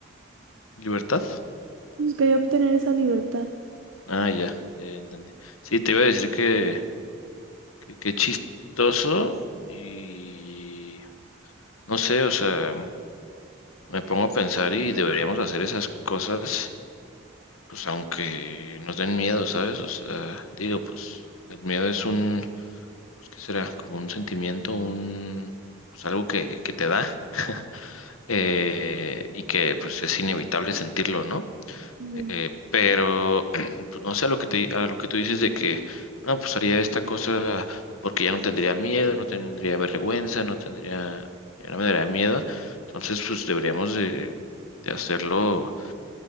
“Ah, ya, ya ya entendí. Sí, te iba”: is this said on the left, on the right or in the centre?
Left